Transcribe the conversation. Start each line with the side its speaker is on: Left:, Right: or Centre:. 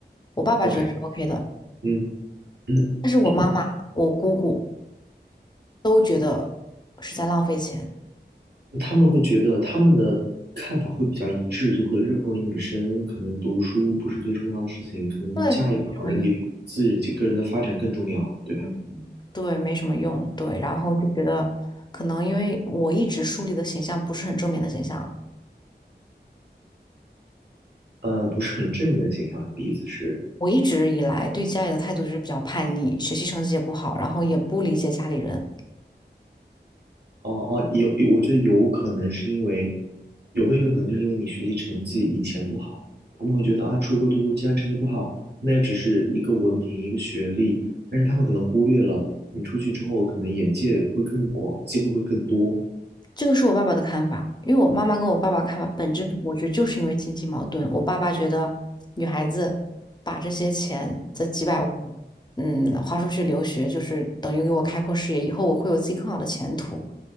Left: 我爸爸觉得是
Right: ，OK，
Left: OK 的，
Right: 嗯。就
Left: 但是我妈妈、我姑姑都觉得是在浪费钱，
Right: 他们会觉得他们的看法会比较一致，就会认为女生可能读书不是最重要的事情，可能嫁一个好人比自己个人的发展更重要，
Left: 对，没什么用。
Right: 对吧？
Left: 嗯，对，没什么用。对，然后就觉得可能因为我一直树立的形象不是很正面的形象。
Right: 呃，不是很正面的形象。你的意思是，
Left: 我一直以来对家里的态度就是比较叛逆，学习成绩也不好，然后也不理解家里人，
Right: 哦哦，有有，我觉得有可能是因为有没有一种可能，就是因为你学习成绩以前不好，他们会觉得啊，出国读书既然成绩不好，那也只是一个文凭一个学历，但是他们可能忽略了你出去之后，可能眼界会更广，机会会更多。
Left: 这个是我爸爸的看法，因为我妈妈跟我爸爸看法本质上我觉得就是因为经济矛盾。我爸爸觉得女孩子把这些钱，这几百万，嗯，花出去留学，就是等于给我开阔视野，以后我会有自己更好的前途。